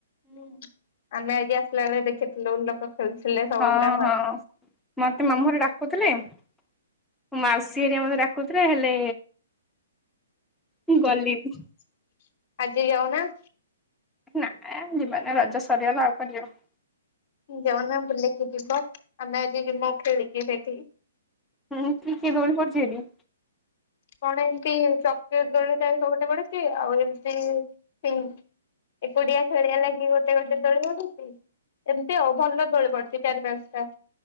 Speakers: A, on the left; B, in the centre.
A: ହୁଁ ଆମେ ଆ କିଏ ଆସିଲା କି ନାଇ ଦେଖେଥିଲୁ ଲୋକ ଖେଳୁଥିଲେ ସବୁ
B: ହଁ
A: ଗୁଡା
B: ହଁ ମତେ ମାମୁଁ ଘରେ ଡାକୁଥିଲେ ମୋ ମାଉସୀ ହେରା ମତେ ଡାକୁଥିଲେ ହେଲେ ମୁଁ
A: ଗିଲିନି।
B: ଗଲିନି
A: ଆଜି ଯାଉନା।
B: ନାଇଁ ଆଉ ଯିବାନି ରଜ ସରିଗଲା ଆଉ କଣ ଯିବା।
A: ଯାଉନ ବୁଲିକି ଯିବ ଆମେ ଆଜି ଯିବୁ ଖେଳିବି ସେଠିକି।
B: ହୁଁ କି କି ଦୋଳି ପଡ଼ିଛି ସେଠି?
A: କଣ ଏମିତି ଚକ୍ରି ଦୋଳି ଟାଇପ୍ ର ଗୋଟେ ପଢିଛି ଆଉ ଏମିତିି ଏକୁଟିଆ ଖେଳିଆ ଲାଗି ଗୋଟେ ଗୋଟେ ଦୋଳି ପଢିଛି। ଏମିତି ଆଉ ଭଲ ଦୋଳି ପଡ଼ିଛି। ଛି ଚାରି ପାଞ୍ଚଟା।